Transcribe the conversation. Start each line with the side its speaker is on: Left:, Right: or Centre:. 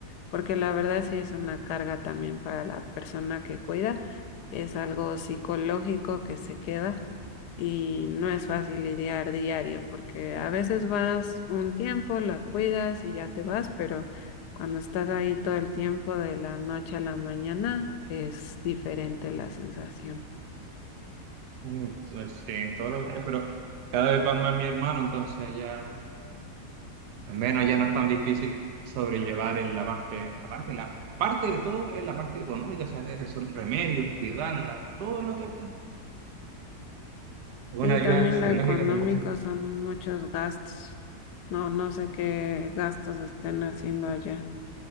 Left: porque la verdad sí es una carga también para la persona que cuida, es algo psicológico que se queda y no es fácil lidiar diario, porque a veces vas un tiempo, la cuidas y ya te vas, pero cuando estás ahí todo el tiempo de la noche a la mañana es diferente la sensación.
Right: Mm, Entonces, sí, todos los años, pero cada vez va más mi hermano, entonces ya, al menos ya no es tan difícil sobrellevar en la parte, la parte, la parte de todo es la parte económica, o sea, esos remedios, cuidarla, todo lo que... Una
Left: Sí,
Right: ayuda
Left: también
Right: psicológica
Left: lo económico
Right: tal vez
Left: son muchos gastos. No, no sé qué gastos estén haciendo allá.